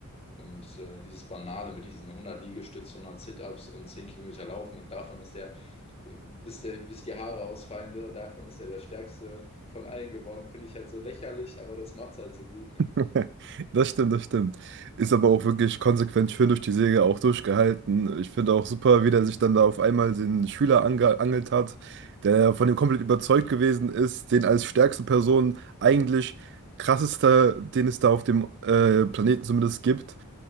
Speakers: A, on the left; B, on the right.
A: Und äh, dieses Banale mit diesen 100 Liegestütz, 100 Sit-Ups und 10 Kilometer Laufen und davon ist der, äh, bis der, bis die Haare ausfallen, der, davon ist er der stärkste von allen geworden, finde ich halt so lächerlich, aber das macht's halt so gut, ne?
B: <laughs> Das stimmt, das stimmt.
A: Ja,
B: Ist aber auch wirklich konsequent schön durch die Serie auch durchgehalten. Ich finde auch super, wie der sich dann da auf einmal den Schüler angeangelt hat, der von ihm komplett überzeugt gewesen ist, den als stärkste Person eigentlich krassester, den es da auf dem äh, Planeten zumindest gibt.